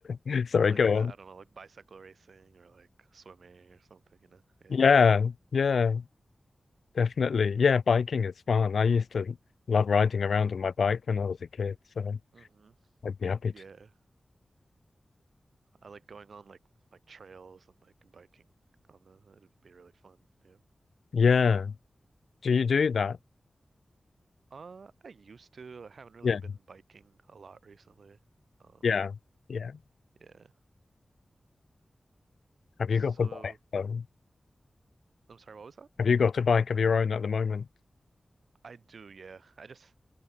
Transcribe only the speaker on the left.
<laughs> Sorry,
go
on.
Yeah, yeah, definitely. Yeah, biking is fun. I used to love riding around on my bike when I was a kid, so
I'd be happy
to.
Yeah. Do you do that?
Yeah,
yeah, yeah.
Have
you got a bike though?
Have you got a bike of your own at the moment?